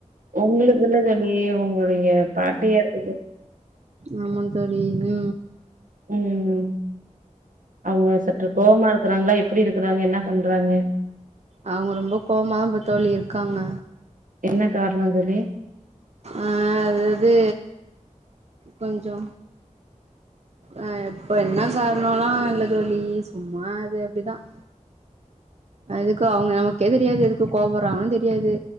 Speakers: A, on the right; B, on the right.
A: உங்களுக்குள்ள தில்லையே உங் இவங்க பாட்டியாருக்கப்போ
B: ஆமாங் தோழி இது
A: ம் ம் அவங்க சற்று கோவமா இருக்குறாங்களா எப் எப்படி இருக்கறாங்க என்ன பண்றாங்க
B: அவுங்க ரொம்ப கோவமாதா ப தோழி இருக்காங்க
A: என்ன காரணோ தோழி
B: ஆ அதாவது கொஞ்சோ ஆ இப்ப என்ன காரணல்லாம் இல்ல தோழி சும் மா அது அப்டிதான் அதுக்கு அவுங்க நமக்கே தெரியாது எதுக்கு கோபடறாங்கனு தெரியாது